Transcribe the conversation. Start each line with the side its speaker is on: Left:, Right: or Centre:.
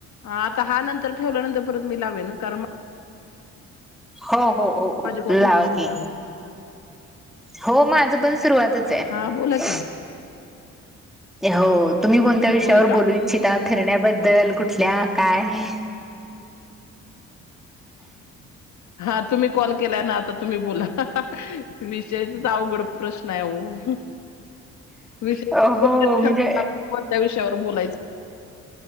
Left: ह आता हा नंतर ठेवल्यानंतर परत मी लावेन कारण मग
Centre: हो हो हो हो
Left: माझे कॉल
Centre: लावाते
Left: झालेच नाहीत अहो
Centre: हो म <unintelligible> सुरुवातच आहे
Left: हा बोला की
Centre: हो तुम्ही कोणत्या विषयावर
Left: होय का
Centre: बोलू इच्छिितता फिरण्याबद्दल कुठ तथल्या काय आहे
Left: हा तुम्ही कॉल केलाय ना आता तुम्ही बोला विषयाचा अवघड प्रश्न आहे हो विषय
Centre: हो म्हणजे
Left: ठर कोणत विषयावर बोलायच